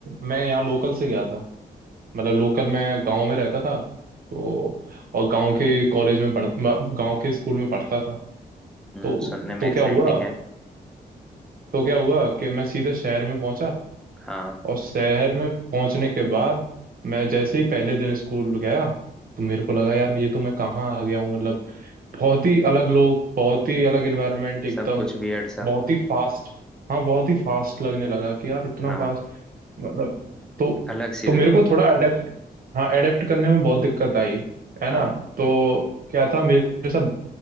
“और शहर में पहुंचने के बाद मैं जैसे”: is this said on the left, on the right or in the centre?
Right